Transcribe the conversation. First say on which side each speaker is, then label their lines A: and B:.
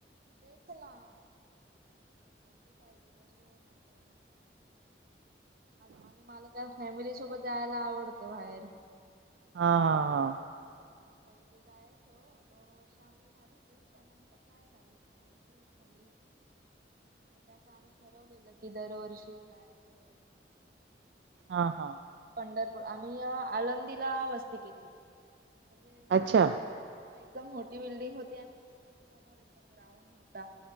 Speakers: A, on the right; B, on the right.
A: तेच नाती पाहिजे त्याशिवाय नाही काय हो आणि मला त्या फॅमिली सोबत जायला आवडतं बाहेर
B: हा हा हा
A: आम्ही पहिले जायचो दोन वर्ष आमची झाली ट्रीप त्यानंतर नाही झाली ती ल झाली नाहीत असं आम्ही ठरवलेलं की दरवर्षी जायचं
B: हा हा.
A: पंढरपूर आम्ही आळंदीला वस्ती केलेली. म्हणजे एवढी
B: अच्छा
A: मज्जा अ हा एकदम मोठी बिल्डिंग होती आणि मस्त अस समोर एकदम ग्राउंड मोठा